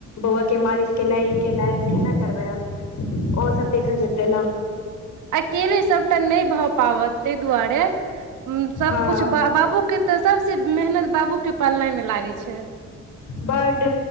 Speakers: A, on the left; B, on the right.
A: बौआ के मालिश केना ई केनाइ केना करबे हम ओ सब देखल जेतै ने
B: अकेले सबटा नहि भऽ पाबत ताहि दुआरे सबकुछ
A: हँ
B: ब बाबू के तऽ सबसे मेहनत बाबू के पालनाइ में लागे छै
A: बड